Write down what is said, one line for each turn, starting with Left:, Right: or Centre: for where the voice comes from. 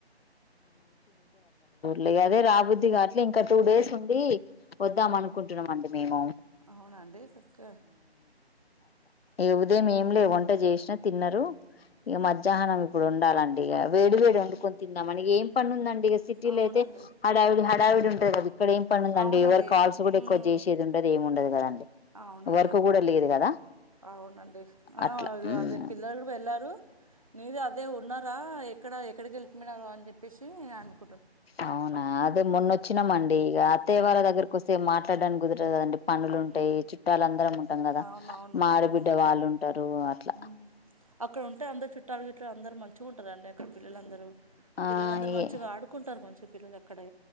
Left: లే అదే రాబుద్ది కాట్లే ఇంకా టూ డేస్ ఉండి వద్దాం అనుకుంటున్నామ అండి మేము
Right: ఆవునా అండి చక్క
Left: ఏ ఉదయం ఏం లే వంట చేసినా తిన్నారు ఇక మధ్యాహ్నం ఇప్పుడు వండాలండి ఇక వేడి వేడి వండుకొని తిందాం అని ఇగ ఏం పని ఉందండి సిటీలో
Right: అవునండి
Left: అయితే హడావిడి హడావిడి ఉంటది కదా ఇక్కడ ఏం పని ఉందండి
Right: అవునండి
Left: ఎవరు కాల్స్ కూడా
Right: ఉమ్,
Left: ఎక్కువ చేసేది ఉండది ఏమి ఉండదు కదండి
Right: అవునండి
Left: వర్క్ కూడ లేదు కదా
Right: అవునండి అ
Left: అట్లా
Right: అదుగు
Left: ఉమ్
Right: అదే పిల్లలు వెళ్ళారు నేదె అదే ఉన్నరా ఎక్కడ ఎక్కడికి వెళ్తింగ అని చెప్పేసి అనుకున్నాను
Left: అవున అదే మొన్న వచ్చినామండి ఇక అత్తయ్య
Right: ఆ,
Left: వాళ్ళ దగ్గరకి వస్తే మాట్లాడడానికి కుదరదు కదండి పనులు ఉంటాయి
Right: ఉమ్,
Left: చుట్టాలు అందరం ఉంటాం కదా
Right: అవునవును
Left: మా ఆడబిడ్డ
Right: ఉమ్,
Left: వాళ్ళుంటారు అట్లా
Right: ఉమ్. అక్కడ ఉంటే అందరు చుట్టాలు గిట్లు అందరు మంచిగా ఉంటారండి అక్కడ పిల్లలందరూ
Left: ఆ
Right: పిల్లలందరూ మంచిగా
Left: ఏ
Right: ఆడుకుంటారు మంచి పిల్లలక్కడె